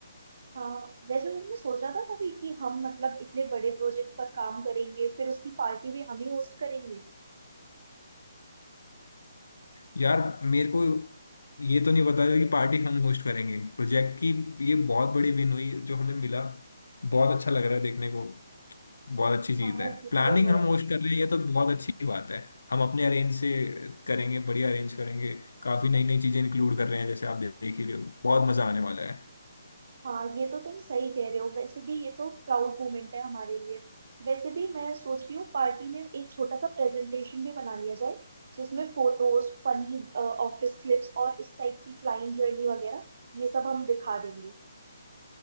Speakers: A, on the right (about 45°); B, on the left (about 85°).
A: हाँ वैसे तुमने सोचा था कभी कि हम मतलब इतने बड़े प्रोजेक्ट पर काम करेंगे फिर उसकी पार्टी भी हम ही होस्ट करेंगे
B: यार मेरे को ये तो नहीं पता था कि पार्टी हम होस्ट करेंगे प्रोजेक्ट की ये बहुत बड़ी विन हुई जो हमें मिला बहुत अच्छा लग रहा है देखने को बहुत अच्छी चीज
A: हाँ
B: है
A: ये
B: प्लानिंग
A: तो है
B: हम होस्ट कर रहे हैं ये तो बहुत अच्छी बात है हम अपने अरेंज से करेंगे बढ़िया अरेंज करेंगे काफी नई नई चीजें इंक्लूड कर रहे हैं जैसे आप देख ही रहे हो बहुत मजा आने वाला है
A: हाँ ये तो तुम सही कह रहे हो वैसे भी ये तो प्राउड मोमेंट है हमारे लिए वैसे भी मैं सोच रही हूँ पार्टी में एक छोटा सा प्रेजेंटेशन भी बना लिया जाए जिसमें फोटोज फनी ऑफिस क्लिप्स और इस टाइप की क्लाइंट जर्नी वगैरह ये सब हम दिखा देंगे